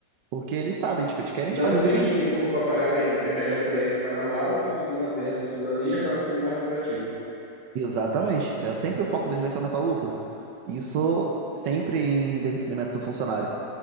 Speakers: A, on the right; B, on the right.
A: porque eles sabem, tipo, eles querem
B: Não
A: te fazer
B: tem
A: dependente.
B: estímulo para pagar bem. É melhor para eles pagar mal, porque ele mantém as pessoas ali e acaba sendo mais lucrativo.
A: Exatamente. É sempre o foco deles vai ser aumentar o lucro. Isso sempre em detrimento do funcionário.